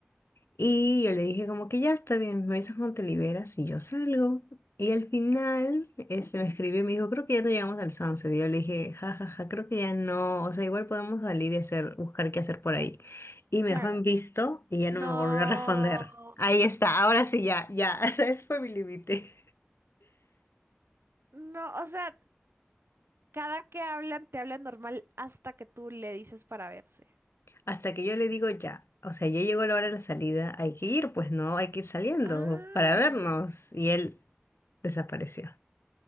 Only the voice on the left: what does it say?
Y yo le dije como que ya está bien, me avisas cuando te liberas y yo salgo. Y al final este, me escribió y me dijo, creo que ya no llegamos al sunset. Y yo le dije, ja, ja, ja, creo que ya no, o sea, igual podemos salir y hacer, buscar qué hacer por ahí. Y me
dejó en visto y ya
no me volvió a responder. Ahí está, ahora sí ya, ya, <laughs> ese es- fue mi límite.
Hasta que yo le digo ya, o sea, ya llegó la hora de la salida, hay que ir, pues no, hay que ir saliendo
para vernos. Y él desapareció.